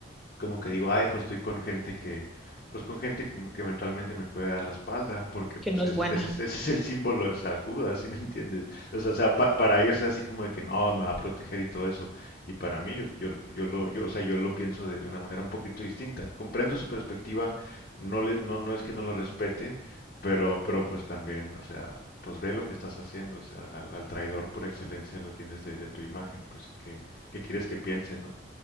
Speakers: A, on the left; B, in the centre.
A: como que digo, ay, pues estoy con gente que, pues con gente que, que eventualmente me puede dar la espalda, porque pues
B: que no es
A: ese,
B: buena.
A: es- ese, es- ese es el símbolo de San Judas, ¿sí me entiendes? O sea, o sea, pa- para ellos es así como de que no, me va a proteger y todo eso, y para mí yo, yo, yo lo, yo, o sea, yo lo pienso de, de una manera un poquito distinta. Comprendo su perspectiva, no le, no, no es que no lo respete, pero, pero pues también, o sea, pues ve lo que estás haciendo, o sea, al, al traidor por excelencia lo tienes de, de tu imagen, pues que, que quieres que piense, ¿no?